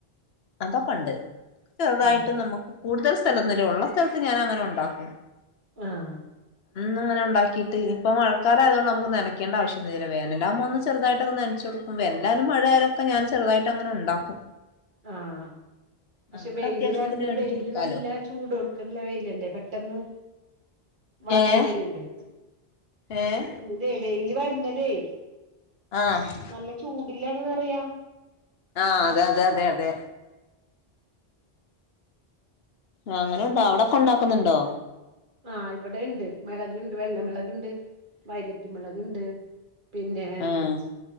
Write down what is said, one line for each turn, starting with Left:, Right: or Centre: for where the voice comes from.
Left: അതൊക്കെണ്ട് ചെറുതായിട്ട്
Right: ഉം
Left: നമക്ക് കൂടുതൽ സ്ഥലൊന്നുല്ല ഉള്ള സ്ഥലത്ത് ഞാൻ അങ്ങനൊണ്ടാക്കും.
Right: ആഹ്.
Left: ന്ന് ഇങ്ങനെണ്ടാക്കീട്ട് ഇപ്പോ മഴക്കാലായത് കൊണ്ട് നമുക്ക് നനക്കേണ്ടാവശ്യൊന്നൂല്ലല്ലോ വേനലാവുമ്പോ ഒന്ന് ചറുതായിട്ടൊക്കെ നനച്ചോടും. വെൻലായാലും മഴയാലൊക്കെ ഞാൻ ചെറുതായിട്ടങ്ങനെ ഉണ്ടാക്കും.
Right: ആഹ്. പക്ഷെ
Left: നമ്മുടെ
Right: വെയില്
Left: അത്യാവശ്യത്തിന്
Right: വര്ണ
Left: വേണ്ടിട്ട്
Right: വെയില്
Left: എടുക്കാലോ
Right: നല്ല ചൂടോട്കനിള്ള വെയിലല്ലേ പെട്ടെന്ന്. വാട്ടം
Left: ഏഹ്
Right: വെരിണ്ട് മശു
Left: ഏഹ്
Right: ഇത വെയില് വരഞ്ഞതേയ്.
Left: ആഹ്.
Right: നല്ല ചൂടില്ലാണന്നറിയ.
Left: ആഹ് അതെ അതെ അതെ അതെ. ആഹ് അങ്ങനെണ്ടോ അവിടൊക്കെ ഉണ്ടാക്കുന്നുണ്ടോ?
Right: ആഹ് ഇവിടെണ്ട് മെളക്ണ്ട് വെള്ളമിളക്ണ്ട് വയലറ്റിമളക്ണ്ട്. പിന്നെ
Left: ആഹ്
Right: സ്.